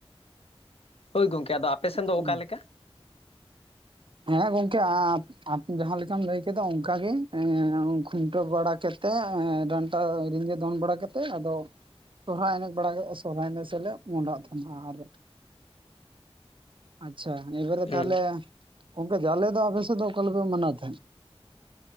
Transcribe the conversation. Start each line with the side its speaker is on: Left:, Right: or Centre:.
Left: ᱦᱳᱭ ᱜᱚᱝᱠᱮ ᱟᱫᱚ ᱟᱯᱮ ᱥᱮᱱ ᱫᱚ
Right: ᱦᱩᱸ
Left: ᱚᱠᱟᱞᱮᱠᱟ
Right: ᱦᱮᱸ ᱜᱚᱝᱠᱮ ᱟᱢ ᱡᱟᱦᱟᱸ ᱞᱮᱠᱟᱢ ᱞᱟᱹᱭ ᱠᱮᱫᱟ ᱚᱱᱠᱟᱟᱜ ᱜᱮ ᱮᱸ ᱠᱷᱩᱱᱴᱟᱹ ᱵᱟᱲᱟ ᱠᱟᱛᱮ ᱮᱸ ᱰᱟᱱᱴᱟ ᱫᱚᱱ ᱵᱟᱲᱟ ᱠᱟᱛᱮᱫ ᱟᱫᱚ ᱥᱚᱨᱦᱟᱭ ᱮᱱᱮᱡ ᱵᱟᱲᱟ ᱥᱚᱨᱦᱟᱭ ᱮᱱᱮᱡ ᱥᱮᱫ ᱞᱮ ᱢᱚᱦᱰᱟᱜ ᱛᱟᱦᱮᱱᱟ ᱟᱨ ᱟᱪᱪᱷᱟ ᱮᱵᱟᱨᱮ
Left: ᱦᱩᱸ
Right: ᱛᱟᱦᱚᱞᱮ ᱜᱚᱝᱠᱮ ᱡᱟᱹᱞᱮ ᱫᱚ ᱟᱯᱮᱥᱮᱫ ᱫᱚ ᱚᱠᱟ ᱞᱮᱠᱟ ᱯᱮ ᱢᱟᱱᱟᱣ ᱛᱟᱦᱮᱸᱫ